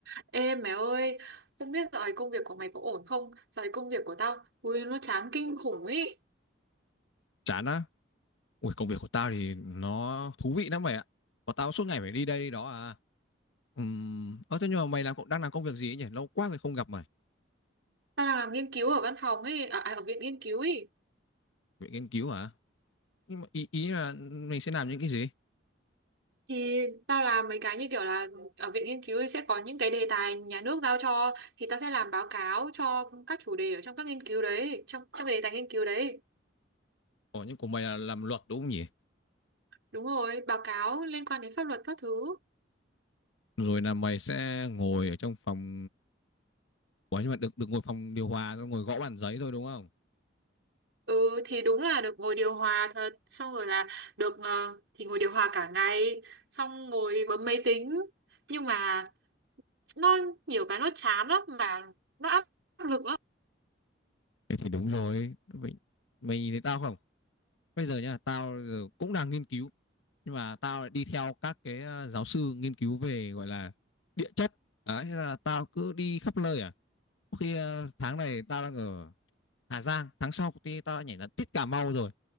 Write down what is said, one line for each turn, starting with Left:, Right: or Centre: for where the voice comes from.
Right: Ê mẹ ơi, không biết dạo này công việc của mày có ổn không? Dạo này công việc của tao, ui nó chán kinh khủng ý.
Left: chán á ui công việc của tao thì nó thú vị lắm mày ạ của tao suốt ngày phải đi đây đi đó à Ừm, ơ thế nhưng mà mày làm đang làm công việc gì ấy nhỉ lâu quá rồi không gặp mày
Right: Tao đang làm nghiên cứu ở văn phòng ấy, à, à, ở viện nghiên cứu ấy.
Left: viện nghiên cứu hả nhưng mà ý ý là mình sẽ làm những cái gì
Right: Thì tao làm mấy cái như kiểu là ở viện nghiên cứu ấy sẽ có những cái đề tài nhà nước giao cho thì tao sẽ làm báo cáo cho các chủ đề ở trong các nghiên cứu đấy, trong trong cái đề tài nghiên cứu đấy.
Left: ủa nhưng của mày là làm luật đúng không nhỉ
Right: Đúng rồi, báo cáo liên quan đến pháp luật các thứ.
Left: rồi là mày sẽ ngồi ở trong phòng ủa nhưng mà được được ngồi phòng điều hòa ngồi gõ bàn giấy thôi đúng không
Right: Ừ thì đúng là được ngồi điều hòa thật, xong rồi là được ờ, thì ngồi điều hòa cả ngày, xong ngồi bấm máy tính nhưng mà nó nhiều cái nó chán lắm mà nó áp lực lắm
Left: thế thì đúng rồi mày mày nhìn thấy tao không bây giờ nha tao giờ cũng đang nghiên cứu nhưng mà tao lại đi theo các cái ờ, giáo sư nghiên cứu về gọi là địa chất đấy thế là tao cứ đi khắp nơi à có khi ờ, tháng này tao đang ở Hà Giang tháng sau thì tao đã nhảy đến tít Cà Mau rồi